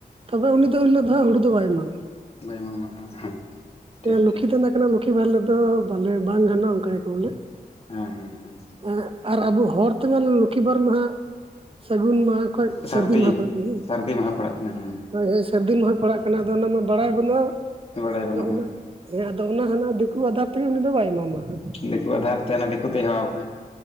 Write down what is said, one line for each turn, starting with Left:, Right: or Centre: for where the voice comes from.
Right: ᱛᱚᱵᱮ ᱩᱱᱤ ᱫᱚ ᱮᱱ ᱦᱤᱞᱳᱜ ᱫᱚ ᱦᱟᱸᱜ ᱦᱩᱲᱩ ᱫᱚ ᱵᱟᱭ ᱮᱢᱟᱢᱟ ᱾
Left: ᱵᱟᱹᱭ ᱮᱢᱟᱢᱟ ᱦᱮᱸ ᱦᱮᱸ ᱴᱷᱤᱠ
Right: ᱞᱚᱠᱠᱷᱤ
Left: ᱴᱷᱤᱠ
Right: ᱛᱟᱦᱮᱱᱟ
Left: ᱾
Right: ᱠᱟᱱᱟ ᱞᱚᱠᱠᱷᱤ ᱵᱟᱨ ᱦᱤᱞᱳᱜ ᱫᱚ ᱵᱟᱞᱮ ᱵᱟᱝ ᱜᱟᱱᱚᱜᱼᱟ ᱚᱝᱠᱟᱭᱟ ᱠᱚ ᱵᱚᱞᱮ ᱾
Left: ᱦᱮᱸ ᱦᱮᱸ ᱦᱮᱸ ᱾
Right: ᱮᱸᱜ ᱟᱨ ᱟᱵᱚ ᱦᱚᱲ ᱛᱮᱢᱟᱱ ᱞᱚ-ᱞᱚᱠᱠᱷᱤ ᱵᱟᱨ ᱢᱟᱦᱟᱸᱜ ᱥᱟᱹᱜᱩᱱ ᱢᱟᱦᱟ ᱠᱷᱚᱡ ᱥᱟᱨᱫᱤ
Left: ᱥᱟᱹᱨᱫᱤ
Right: ᱢᱟᱦᱟ ᱯᱟᱲᱟᱜ ᱠᱟᱱᱟ ᱾
Left: ᱥᱟᱹᱨᱫᱤ ᱢᱟᱦᱟ ᱯᱟᱲᱟᱜ ᱠᱟᱱᱟ, ᱦᱮᱸ ᱾
Right: ᱦᱳᱭ ᱦᱳᱭ ᱥᱟᱹᱨᱫᱤ ᱢᱟᱦᱟ ᱯᱟᱲᱟᱜ ᱠᱟᱱᱟ, ᱟᱫᱚ ᱚᱱᱟᱢᱟ ᱵᱟᱲᱟᱭ ᱵᱟᱹᱱᱩᱜᱼᱟ,
Left: ᱵᱟᱲᱟᱭ ᱵᱟᱹᱱᱩᱜᱼᱟ
Right: ᱟᱫᱚ ᱚᱱᱟ ᱦᱮᱸ ᱟᱫᱚ ᱚᱱᱟ ᱦᱟᱱᱟ ᱫᱤᱠᱩ ᱟᱫᱟᱨ ᱛᱮᱜᱮ ᱩᱱᱤ ᱫᱚ ᱵᱟᱭ ᱮᱢᱟᱢᱟ ᱦᱟᱸᱜ ᱾
Left: ᱫᱤᱠᱩᱣᱟᱜ ᱟᱫᱷᱟᱨ ᱛᱮ ᱚᱱᱮ ᱫᱤᱠᱩ ᱛᱮ ᱦᱮᱣᱟᱣ ᱟᱠᱟᱱ,